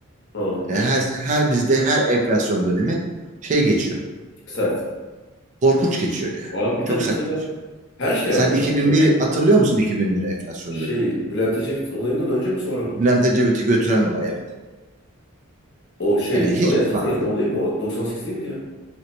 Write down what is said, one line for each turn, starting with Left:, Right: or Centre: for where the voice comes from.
Left: Hı.
Right: E, Her, her bizde her enflasyon dönemi şey geçiyor.
Left: Sert.
Right: Korkunç geçiyor yani.
Left: Abi bir
Right: Çok
Left: de mesela
Right: sert geçiyor.
Left: her şey
Right: Sen
Left: artıyor
Right: 2001'i
Left: aslında. bu.
Right: hatırlıyor musun 2001 enflasyon
Left: Şey
Right: dönemini?
Left: Bülent Ecevit olayından önce mi sonra mı?
Right: Bülent Ecevit'i götüren olay evet.
Left: O şey
Right: Yani hiçbir
Left: anayasa
Right: fark
Left: fırlatma
Right: yok.
Left: olayı mı? O 98 değil miydi ya?